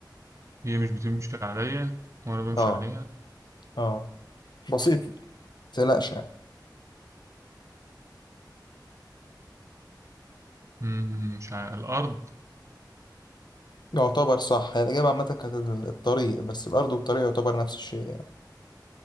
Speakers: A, on the right; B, on the left.
A: هي مش بتمشي عليا وأنا بمشي
B: اه
A: عليها
B: اه بسيطة متقلقش يعني
A: مم، مش على الأرض
B: يعتبر صح هي الإجابة عامة كانت الطريق بس الأرض والطريق يعتبر نفس الشيء يعني